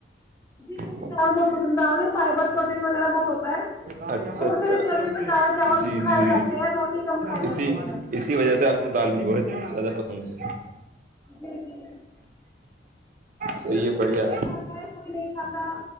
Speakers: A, on the left (about 15°); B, on the right (about 45°).
A: <unintelligible>
B: کو
A: بہت ہوتا ہے
B: اچھا
A: اور
B: اچھا
A: اس لیے گرمیوں میں دال چاول
B: جی
A: کھائے
B: جی
A: جاتے ہیں روٹی کم کھائی
B: اسی
A: جاتے ہیں
B: اسی وجہ سے آپ کو دال بج زدا پسند ہے
A: جی جی
B: صحیح
A: بالکل
B: ہے بڑھیا
A: کیکہ پل سے کوئی کھاتا ہے کوئی نہیں کھاتا